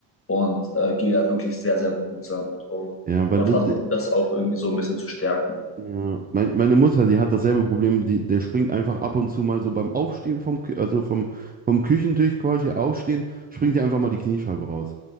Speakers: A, on the left; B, on the right.
A: und äh, gehe da wirklich sehr, sehr behutsam mit um
B: Ja, weil
A: und
B: das,
A: versuche das auch irgendwie so ein bisschen zu stärken.
B: Ja, mein, meine Mutter, die hat dasselbe Problem, die, der springt einfach ab und zu mal so beim Aufstehen vom, Kü- also vom, vom Küchentisch quasi aufstehen, springt ihr einfach mal die Kniescheibe raus.